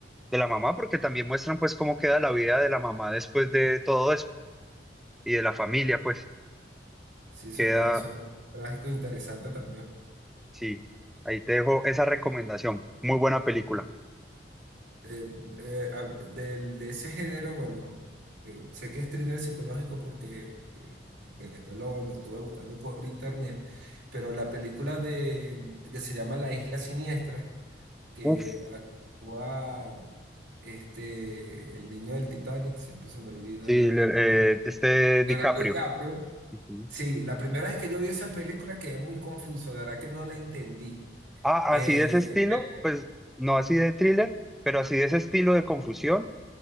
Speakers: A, in the centre; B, on the right.
A: de la mamá, porque también muestran pues cómo queda la vida de la mamá después de todo eso y de la familia,
B: Oye,
A: pues
B: sí, suena,
A: queda,
B: suena trágico e interesante también.
A: sí, ahí te dejo esa recomendación. Muy buena película.
B: Eh, eh, a- del- de ese género, bueno, eh, sé que es thriller psicológico porque eh, que después lo, lo estuve buscando por internet, pero la película de, que se llama La Isla Siniestra. que
A: Uf,
B: actúa este, el niño del Titanic, siempre se me olvida
A: sí, le-
B: el nombre,
A: eh, este
B: Leonardo
A: DiCaprio.
B: DiCaprio.
A: Ujú.
B: Sí, la primera vez que yo vi esa película quedé muy confuso, de verdad que no la entendí.
A: Ah,
B: Eh,
A: así de ese estilo,
B: pero-
A: pues no así de thriller, pero así de ese estilo de confusión